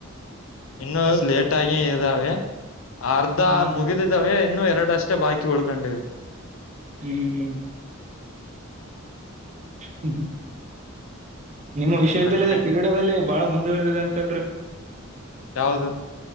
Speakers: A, on the left; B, on the right.
A: ಇನ್ನು ಲೆಟಾಗೆ ಇದಾವೆ ಅರ್ಧ
B: ಹ್ಮ್
A: ಮುಗಿದಿ ದಾವೇ ಇನ್ನು ಎರಡಷ್ಟೇ ಬಾಕಿ ಉಳ್ಕೊಂಡಿವೆ.
B: ಹ್ಮ್ ಹ್ಮ <unintelligible> ನಿಮ್ಮ
A: ಹ
B: ವಿಶ್ವವಿದ್ಯಾಲಯದ
A: ಮತ್ತೆ
B: ಕ್ರೀಡೇದಲ್ಲಿ ಬಾಳ ಮುಂದುವರೆದಿದೆ ಅಂತಲ್ರಿ.
A: ಯಾವುದು.